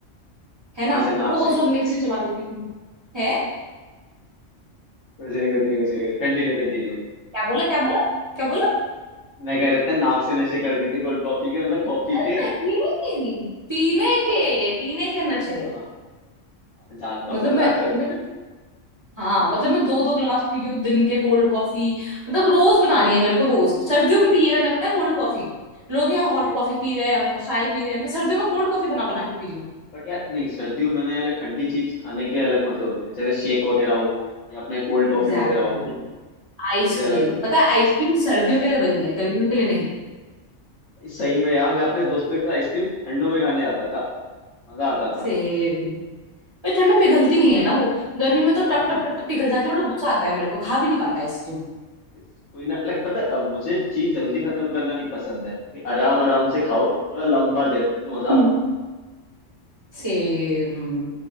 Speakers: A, on the right; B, on the left.
A: है
B: कहाँ
A: ना
B: से नाक
A: रोज
B: से
A: रोज मिक्सी चला देती थी है
B: कुछ नहीं कुछ नहीं कुछ नहीं कंटिन्यू कंटिन्यू
A: क्या बोला क्या बोला क्या बोला
B: मैं कह रहा था नाक से नशे करती थी कोल्ड कॉफी के मतलब कॉफी
A: अरे
B: के
A: नहीं पीने
B: अब
A: के पीने के
B: हाँ
A: नशे
B: हाँ जानता हूँ
A: मतलब
B: मजाक
A: मैं
B: कर
A: मैं तो हाँ
B: हम्म,
A: मतलब मैं दो दो ग्लास पी रही हूँ दिन के कोल्ड कॉफी मतलब रोज बनानी है मेरे को रोज सर्दियों में पी है मैंने पता है कोल्ड कॉफी लोग यहाँ हॉट
B: अरे
A: कॉफी पी रहे हैं और चाय पी रहे हैं मैं सर्दियों में कोल्ड कॉफी बना बना के पी रही हूँ
B: बट यार नहीं सर्दियों में ना यार like ठंडी चीज खाने के अलग मजे होते हैं जैसे शेक वगैरह हो या अपने कोल्ड कॉफी
A: एग्जैक्टली
B: वगैरह हो
A: आइसक्रीम
B: मजे अलग होते
A: पता है आइसक्रीम
B: हैं
A: सर्दियों
B: यस
A: के लिए बनी है गर्मियों के लिए नहीं
B: सही में यार मैं अपने दोस्तों के साथ आइसक्रीम ठंडों में खाने आता था मजा आता था
A: सेम पर ठंड में पिघलती नहीं है ना वो गर्मी में तो टप
B: हम्म।
A: टप टप टप पिघल जाती है बड़ा गुस्सा आता है मेरे को खा भी नहीं पाता आइसक्रीम
B: Yes, कोई ना लाइक पता है अ, मुझे चीज जल्दी खत्म करना नहीं पसंद है कि आराम आराम से खाओ थोड़ा लंबा देर तक तो मजा
A: हम्म
B: आता है
A: सेम